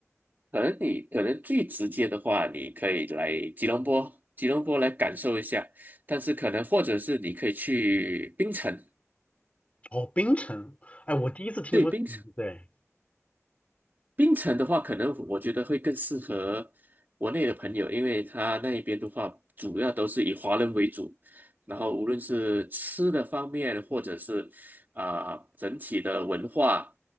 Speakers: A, on the right (about 35°); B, on the left (about 25°).
A: 可能你可能最直接的话，你可以来吉隆坡，吉隆坡来感受一下，但是可能或者是你可以去槟城，
B: 哦，槟城，哎，我第一次听说，
A: 对，槟
B: 对，
A: 槟城的话，可能我觉得会更适合国内的朋友，因为他那边的话，主要都是以华人为主，然后无论是吃的方面，或者是啊、整体的文化，